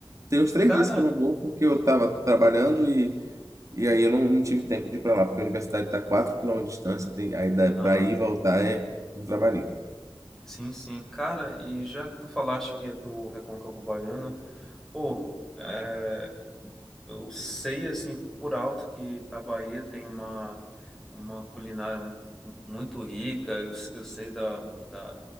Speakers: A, on the right (about 40°); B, in the centre.
A: Tem uns três
B: Cara,
A: dias que eu não vou porque eu estava trabalhando e, e aí eu não, não tive tempo de ir para lá, porque a universidade está a 4 km de distância, tem, aí
B: aham.
A: para ir e voltar é um trabalhinho.
B: Sim, sim. Cara, e já que tu falaste que é do Recôncavo Baiano, pô, é, eu sei assim por alto que a Bahia tem uma, uma culinária mu- muito rica, eu, eu sei da, da,